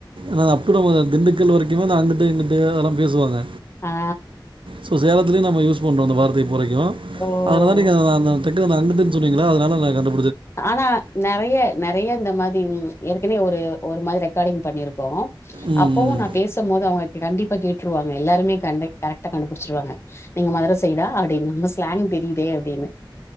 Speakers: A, on the right (about 75°); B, on the left (about 30°).
A: ம் <unintelligible> திண்டுக்கல் வரைக்குமேந்த அங்கிட்டு இங்கிட்டு அதெல்லா பேசுவாங்க
B: ஆ
A: சோ சேலத்திலயு நம்ம யூஸ் பண்றோ அந்த வார் <unintelligible>
B: ஓ
A: அதுனாலதா நீங்க த அந்த <unintelligible> ந அங்கிட்டுன் சொன்னீங்களா அதுனால நா கண்டு
B: ஆனா நறைய நறைய இந்த மாரி ம்‌ இரு க்குனே ஒரு ஒரு மாரி ரெக்கார்டிங் பண்ணிருக்கோ
A: ம்
B: அப்பவு
A: ம்.
B: நா பேசும்மோது அவுங்க கண்டிப்பா கே ட்ருவாங்க எல்லாருமே கண்டெ கரெக்டா கண்டுபுடுச்சிருவாங்க. நீங்க மதுர சைடா அடின்னு ஸ் லாங் தெரியிதே அப்டின்னு